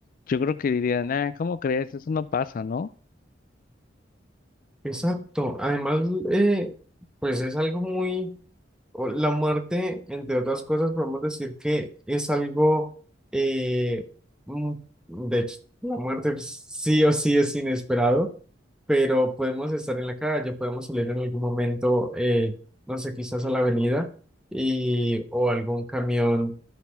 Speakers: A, on the left; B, in the centre.
A: yo creo que diría, nah, ¿cómo crees? Eso no pasa, ¿no?
B: Exacto. Además, eh, pues es algo muy... o- La muerte, entre otras cosas, podemos decir que es algo, eh, mm, de hecho, la muerte pues, sí o sí es inesperado, pero podemos estar en la calle, podemos salir en algún momento, eh, no sé, quizás a la avenida y, o algún camión